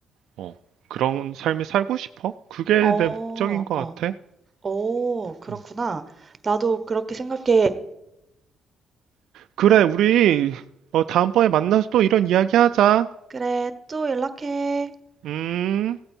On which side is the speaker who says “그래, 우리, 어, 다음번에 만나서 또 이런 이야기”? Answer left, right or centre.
Right